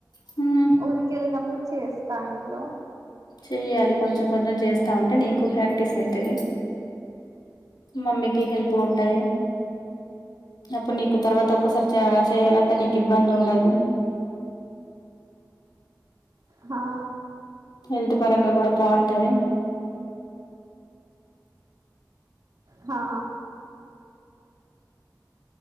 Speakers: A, on the left (about 80°); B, on the right (about 55°).
A: హ్మ్
B: ఊరికెళ్ళినప్పుడు చేస్తా ఇంట్లో
A: చెయ్యాలి కొంచెం కొంచెం చేస్తాఉంటే నీకు ప్రాక్టీస్ అయితది మమ్మీకి హెల్పుగ ఉంటది అప్పుడు నీకు తర్వాత ఒక్కసారే చేయాలంటే నీకు ఇబ్బంది ఉండదు
B: హా
A: హెల్త్ పరంగా కూడా బాగుంటది
B: హా